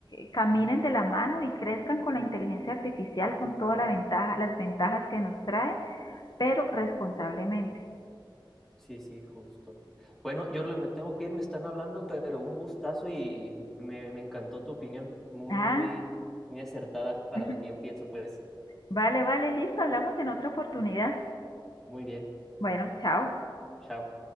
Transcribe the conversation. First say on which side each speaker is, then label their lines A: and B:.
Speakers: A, on the left; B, in the centre.
A: eh, caminen de la mano y crezcan con la inteligencia artificial, con toda la ventaja, las ventajas que nos trae, pero responsablemente.
B: Sí, sí, justo. Bueno, yo me tengo que ir, me están hablando, pero un gustazo y me, me encantó tu opinión. Muy,
A: Ah,
B: muy, muy acertada para
A: <laughs>
B: lo que yo pienso, pues.
A: vale, vale, listo, hablamos en otra oportunidad.
B: Muy bien.
A: Bueno, chao.
B: Chao.